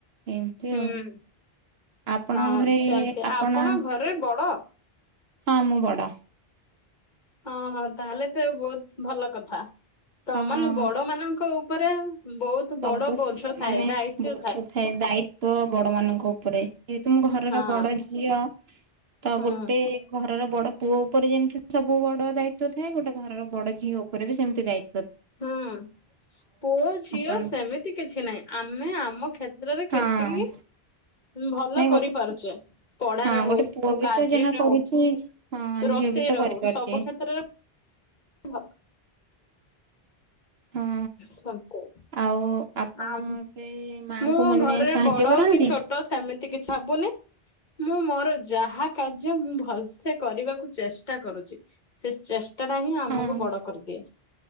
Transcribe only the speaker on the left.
ହୁଁ
ହଁ
ସେମତି
ଘରେ ବଡ?
ହଁ ହଁ ତାହେଲେ ତ ବହୁତ ଭଲ କଥା। ତ
ମାନେ ବଡ ମାନଙ୍କ ଉପରେ ବହୁତ।
ବଡ ବୋଝ ଥାଏ
ଦାୟିତ୍ଵ
ହଁ
ହୁଁ
ହଁ <unintelligible> ପୁଅ ଝିଅ
ସେମିତି କିଛି ନାହିଁ ଆମେ ଆମ କ୍ଷେତ୍ରରେ କେତିକି।
ହଁ ଭଲ
କରିପାରୁଛେ
ପଢାରେ
ହଉ
କାର୍ଯ୍ୟରେ
ହଉ।
ରୋଷେଇ
ର
ହେଉ ସବୁ କ୍ଷେତ୍ରରେ। ଭଲ
ସାଗୁ।
ଆ
ମୁଁ
ଘରେରେ
ବଡ
କି ଛୋଟ ସେମିତି କିଛି ହବୁନି। ମୁଁ ମୋର ଯାହା କାର୍ଯ୍ୟ ମୁଁ ଭଲସେ କରିବାକୁ ଚେଷ୍ଟା କରୁଛି। ସେ ଚେଷ୍ଟା ଟା ହିଁ ଆମକୁ
ବଡ କରିଦିଏ।